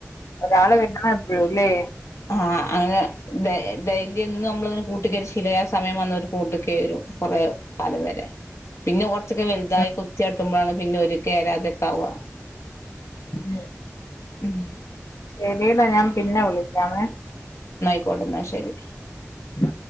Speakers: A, on the left; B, on the left.
A: ഒരാള് വെക്കണം എപ്പഴുല്ലേ
B: ആഹ് അങ്ങനെ ഡേ ഡേയ്ലി എന്നും നമ്മള് ഇങ്ങനെ കൂട്ടിക്കേറ്റി ശീലായി ആ സമയം വന്നോര് കൂട്ടിക്കെറും കൊറേ പല <unintelligible> പിന്നെ കൊ റ ച്ചേക്കെ വല്ലാതായി
A: ഉം
B: കൊത്തിയാട്ടുമ്പോഴാണ് പിന്നെ ഒര് കേയറാതൊക്കെ ആവാ
A: <unintelligible>
B: ഉം
A: ശെരിയെന്നാ ഞാൻ പിന്നെ വിളിക്കാമേ
B: അയിക്കോട്ടെ ന്നാ ശെരി
A: ഉം